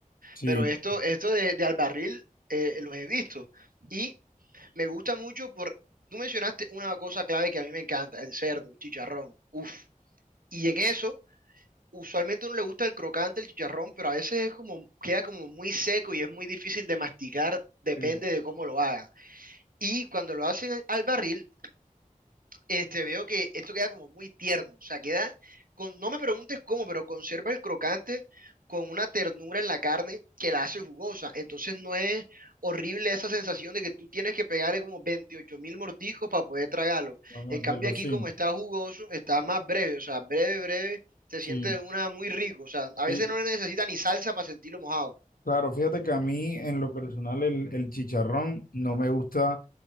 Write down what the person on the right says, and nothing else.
Pero esto, esto de, de al barril, eh, los he visto. Y me gusta mucho por, tú mencionaste una cosa clave que a mí me encanta, el cerdo, el chicharrón. Uf. Y en eso, usualmente a uno le gusta el crocante, el chicharrón, pero a veces es como, queda como muy seco y es muy difícil de masticar, depende
de cómo lo hagan. Y cuando lo hacen al barril, Este, veo que esto queda como muy tierno, o sea, queda con, no me preguntes cómo, pero conserva el crocante con una ternura en la carne que la hace jugosa. Entonces no es horrible esa sensación de que tú tienes que pegarle como veintiocho mil mordiscos para poder tragarlo.
En cambio
aquí
como está jugoso, está más breve, o sea, breve, breve, se
siente de una muy rico. O sea, a
veces no le necesita ni salsa para sentirlo mojado.